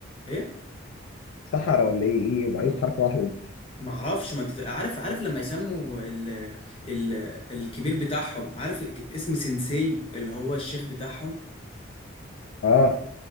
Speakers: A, on the left; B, on the left.
A: ايه
B: صحرا ولا ايه؟ ايه يبقى
A: ما
B: ايه بحركه واحده دي؟
A: ما اعرفش ما انت عارف عارف لما يسموا ال... ال... الكبير بتاعهم عارف اسم سensei اللي هو الشيخ بتاعهم
B: اه